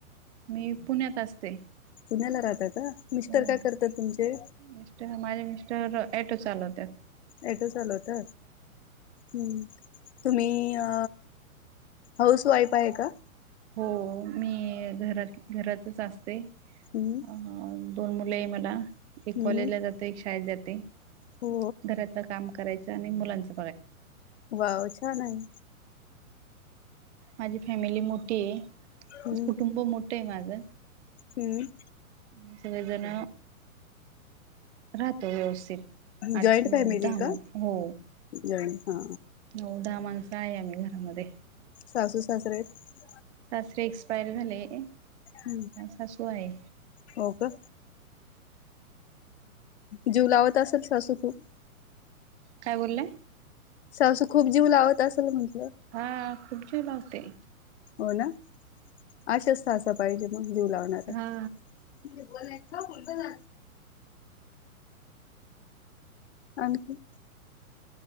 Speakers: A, on the right; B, on the left.
A: मी पुण्यात असते
B: पुण्याला राहत का मिस्टर
A: हो
B: काय करतात तुमचे
A: मिस्टर माझे ॲटो चालवत्यात
B: ॲटो चालवता हम् तुम्ही अ हाऊस वाईफ आहे का
A: हो मी घरात घरातच असते
B: हम्म
A: अ दोन मुले मला एक
B: हम्म
A: कॉलेजला जाते एक शाळेत जाते
B: हो
A: घरातलं काम करायचं आणि मुलांच
B: वाव छान आहे
A: माझी फॅमिली मोठी आहे
B: हम्म
A: कुटुंब मोठं आहे माझं
B: हम्म
A: आणि सगळे जण राहतो व्यवस्थित आठ
B: जॉईंट
A: नऊ
B: फॅमिली
A: दहा मण
B: का?
A: हो
B: जॉईंट हा
A: नऊ दहा माणसं काय आम्ही घरामध्ये
B: सासू सासरे आहेत
A: सासरे एक्सपायर झाले
B: हम्म
A: सासू आहे
B: हो का? जीव लावत असेल सासू खूप
A: काय बोलला
B: तं खूप जीव लावत असेल म्ह
A: हा खूप जीव लावते
B: हो ना आशेस सासा पाहिजेत मग जीव लावणार
A: हा
B: उथ बर्ब ना आणखी